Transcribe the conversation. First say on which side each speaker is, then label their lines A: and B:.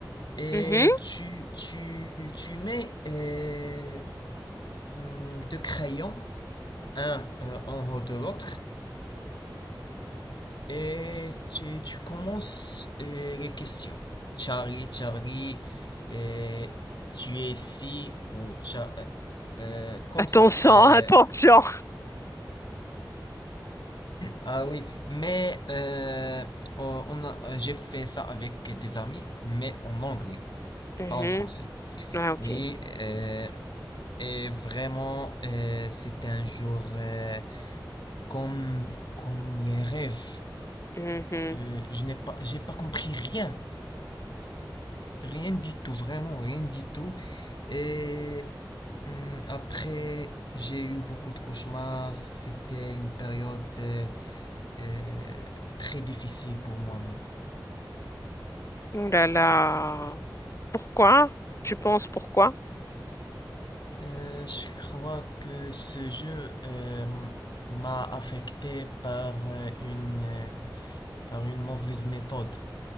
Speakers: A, on the left; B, on the left.
A: Et
B: Mhm.
A: tu, tu, tu mets euh, hmm, deux crayons, un euh, en haut de l'autre, et tu, tu commences euh, les questions. Charlie, Charlie, euh, tu es ici, ou Cha- euh, euh, comme
B: Attention,
A: ça. Euh,
B: <laughs> attention.
A: Ah oui, mais euh, on on a- euh, j'ai fait ça avec des amis, mais en anglais,
B: Mhm.
A: pas en français.
B: Ah,
A: Oui,
B: ok.
A: euh, et vraiment, euh, c'était un jour euh, comme, comme les rêves.
B: Mhm.
A: Euh, je n'ai pas, j'ai pas compris rien, rien du tout, vraiment rien du tout. Et hum, après, j'ai eu beaucoup de cauchemars. C'était une période euh, euh, très difficile pour moi-même.
B: Oh là là. Pourquoi? Tu penses pourquoi?
A: Euh, je crois que ce jeu euh, m'a affecté par euh, une, euh, par une mauvaise méthode.